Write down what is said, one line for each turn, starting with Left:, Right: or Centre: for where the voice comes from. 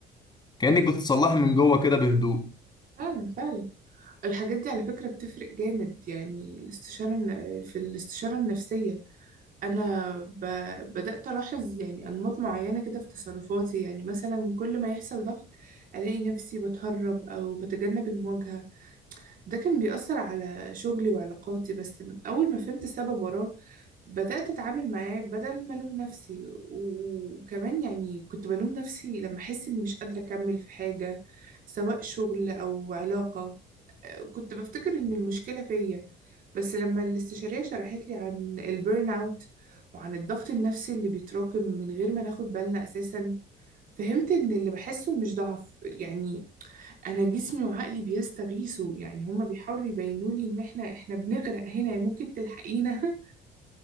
Left: كانك بتتصلحي من جوه كده بهدوء
Right: فعلا فعلا الحاجات دي على فكره بتفرق جامد يعني الاستشاره الن- في الاستشاره النفسيه انا ب... بدات الاحظ يعني انماط معينه كده في تصرفاتي يعني مثلا كل ما يحصل ضغط الاقي نفسي بتهرب او بتجنب المواجهه ده كان بيأثر على شغلي وعلاقاتي بس اول ما فهمت السبب وراه بدات اتعامل معاه بدل ما الوم نفسي وكمان يعني كنت بلوم نفسي لما احس اني مش قادره اكمل في حاجه سواء شغل او علاقه كنت بفتكر ان المشكلة فيا بس لما الاستشارية شرحت لي عن البيرن اوت وعن الضغط النفسي اللي بيتراكم من غير ما ناخد بالنا اساسا فهمت ان اللي بحسه مش ضعف يعني انا جسمي وعقلي بيستغيثوا يعني هما بيحاولوا يبينوا لي ان احنا احنا بنغرق هنا يعني ممكن تلحقينا <laughs>